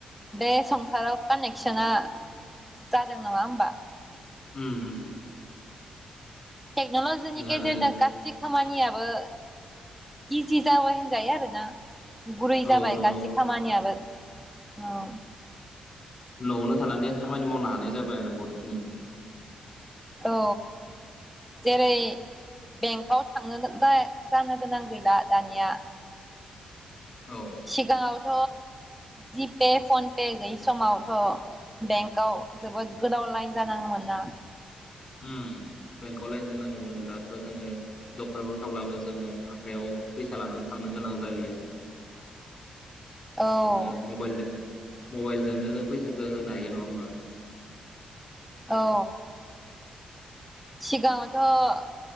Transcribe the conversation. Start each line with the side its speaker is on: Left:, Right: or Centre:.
Centre: बे संसाराव कानेकसना जादों नङा होमबा?
Left: उम उम
Centre: टेक्न'लजिनि
Left: दा
Centre: गेजेरजों
Left: आरो
Centre: गासै खामानिया ओ इजि जाबाय होनजायो आरोना गुरै
Left: औ
Centre: जाबाय
Left: न'
Centre: गासै
Left: न'
Centre: खामानियाबो औ
Left: न'आवनो थानानै खामानि मावनो हानाय जाबाय आरो बहुत खिनि
Centre: औ जेरै बेंकआव थांनो जानो गोनां गैला दानिया
Left: औ
Centre: सिगाङावथ' जिपे फनपे गैयि समावथ' बेंकआव जोबोद गोदाव लाइन जानाङो मोनना
Left: उम बेंकआव लाइन ज नांगौमोन दाथ' जोङो दखानफ्राव थांब्लाबो जोङो आखायाव फैसा लानानै थांनो गोनां जालिया
Centre: औ
Left: ओ मबाइल द मबाइलजोंनो जों फैसाखौ होनो हायो नङा होमबा?
Centre: औ सिगाङावथ'